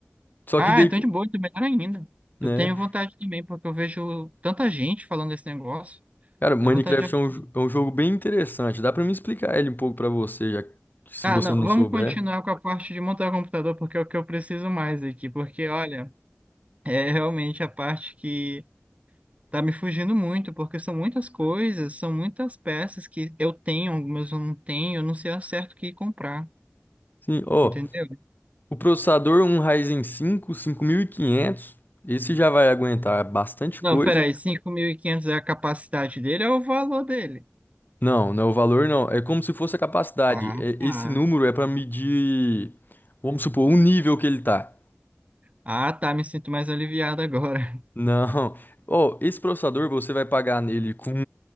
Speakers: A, on the left; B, on the right.
A: Só
B: Ah,
A: que daí,
B: então de boa, então melhor ainda.
A: né?
B: Eu tenho vontade também, porque eu vejo tanta gente falando desse negócio.
A: Cara, Minecraft
B: Dá vontade de.
A: é um, é um jogo bem interessante. Dá pra me explicar ele um pouco pra você, já que- se
B: Ah,
A: você
B: não,
A: não
B: vamos
A: souber.
B: continuar com a parte de montar o computador, porque é o que eu preciso mais aqui. Porque, olha, é realmente a parte que tá me fugindo muito, porque são muitas coisas, são muitas peças que eu tenho, algumas eu não tenho, eu não sei ao certo o que comprar,
A: Sim, ó,
B: entendeu?
A: o processador um Ryzen cinco, cinco mil e quinhentos. esse já vai aguentar bastante
B: Não,
A: coisa.
B: peraí, 5.500 é a capacidade dele, é o valor dele.
A: Não, não é o valor não, é como se fosse a capacidade.
B: Ah,
A: É- esse
B: tá.
A: número é pra medir, vamos supor, o nível que ele tá.
B: Ah, tá, me sinto mais aliviado agora.
A: Não. <laughs> Ó, esse processador você vai pagar nele com